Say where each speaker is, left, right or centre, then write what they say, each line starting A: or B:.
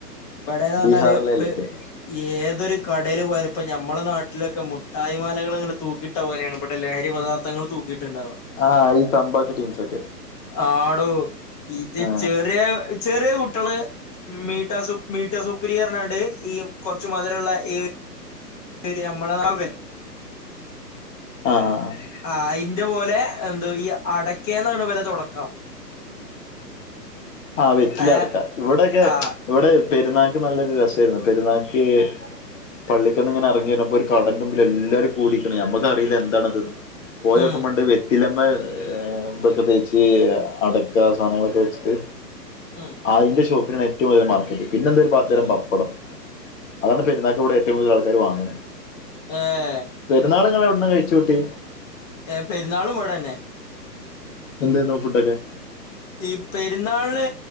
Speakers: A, on the left (about 25°); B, on the left (about 50°).
A: ഇവിടെന്ന് പറഞ്ഞാല്
B: ബീഹാറിലെ
A: ഇപ്പ
B: ലഹരി
A: - ഏതൊരു കടേല് പോയാലും ഇപ്പ ഞമ്മെടെ നാട്ടിലൊക്കെ മുട്ടായിമാലകളിങ്ങനെ തൂക്കിട്ട പോലേണ് ഇവിടുത്തെ - ലഹരി പദാർത്ഥങ്ങള് തൂക്കിയിട്ട്ണ്ടാവുക
B: ആഹ് ഈ തമ്പാക്ക് ടീംസൊക്കെ.
A: ആടോ ഇത്
B: ആ
A: ചെറിയ ചെറിയ കുട്യോള് മീട്ടാസു മീട്ടോ സുപ്പ്രിയനർഞാണ്ട് ഈ കൊർച്ച്‌ മതുരള്ള ഈ ശരി നമ്മളെ <unintelligible>
B: ആഹ് ആഹ്
A: ആഹ് അയ്ന്റെ പോലെ എന്തോ ഈ അടക്കേെന്നാണ് ഇവലെ തൊട്ക്കം
B: ആഹ് വെറ്റില
A: ഏ
B: അട്ക്ക ഇവിടൊക്കെ
A: ആ
B: ഇവിടെ പെര്ന്നാക്ക് നല്ലൊരു രസേര്ന്ന് പെരുന്നാക്ക്. പള്ളിക്കന്ന്ങ്ങനെ എർങ്ങി വര്ന്പ്പോ ഒരു കടന്റുമ്പില് എല്ലാരും കൂടിക്ക്ണ്ട്. നമ്ക് അറീല്ല എന്താണത് ന്. പോയോക്കുമ്പണ്ട്
A: ഉം
B: വെറ്റിലമ്മെ ഇതൊക്കെ തേച്ച് അട ക സാധനങ്ങളൊക്കെ വെച്ച്ട്ട്.
A: ഉം
B: അയ്ന്റെ ഷോപ്പിനാണ് ഏറ്റവും വല്യ മാർക്കറ്റ്. പിന്നെന്താ ഒരു പതരം പപ്പടം. അതാണ് പെര്ന്നാക്ക് ഇവ്ടെ ഏറ്റവും കൂതൽ ആൾക്കാര് വാങ്ങ്ണ്.
A: ഏഹ്
B: പെരുന്നാള് ഇങ്ങള് എവിട്ന്നാ കഴിച്ചൂട്ടി?
A: ഏഹ് പെരുന്നാളും ഇവടെന്നെ.
B: എന്തേനു ഫുഡൊക്കെ?
A: ഈ പെരുന്നാള്